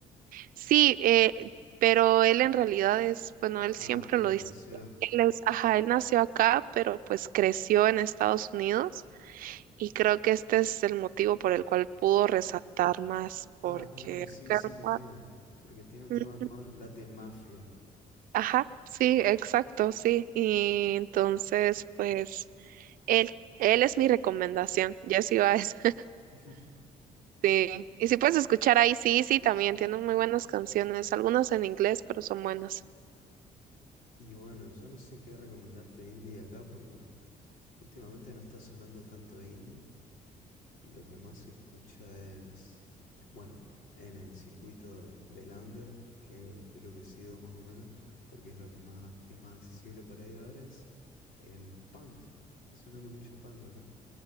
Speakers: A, on the right; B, on the left.
A: Sí, eh, pero él en realidad es, bueno, él
B: Ah,
A: siempre
B: ok,
A: lo
B: nació.
A: dice, ¿verdad? él es, ajá, él nació acá, pero pues creció en Estados Unidos y creo que este es el motivo por el cual pudo resaltar más,
B: Ah,
A: porque
B: claro,
A: acá
B: sí, sí
A: en
B: lo
A: Gua-
B: tengo. Porque tiene un
A: Ujú.
B: tema con Latin Mafia.
A: Ajá, sí, exacto, sí. Y entonces, pues, él, él es mi recomendación, Jesse Baez. <laughs>
B: <laughs>
A: Sí. Y si puedes escuchar ahí, sí, sí, también tiene muy buenas canciones, algunas en inglés, pero son buenas.
B: Y bueno, yo no sé qué recomendarte de indie acá porque últimamente no está sonando tanto indie. Lo que más se escucha es, bueno, en el circuito del under, que es lo que sigo más o menos, porque es lo que más es más accesible para ir a ver, es el punk. Está sonando mucho punk acá.